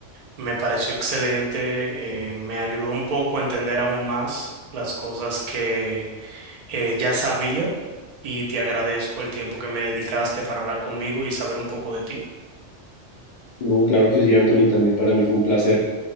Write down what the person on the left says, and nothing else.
No, claro que sí, Anthony, también para mí fue un placer